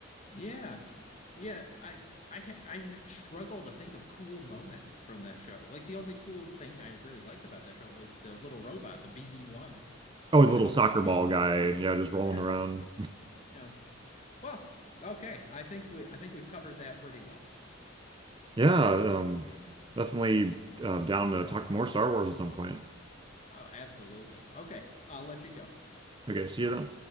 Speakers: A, on the left (about 35°); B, on the right (about 25°).
A: Yeah. Yeah, I I can I struggle to think of cool moments from that show. Like the only cool thing I really liked about that show was the little robot, the BB-1.
B: Oh,
A: I thought
B: the little
A: he
B: soccer
A: was fun.
B: ball guy, yeah, just
A: Yeah.
B: rolling around.
A: Yeah. Well, okay. I think we I think we've covered that pretty well.
B: <laughs> Yeah, um, definitely uh, down to talk more Star Wars at some point.
A: Oh, absolutely. Okay. I'll let you go.
B: Okay, see you then.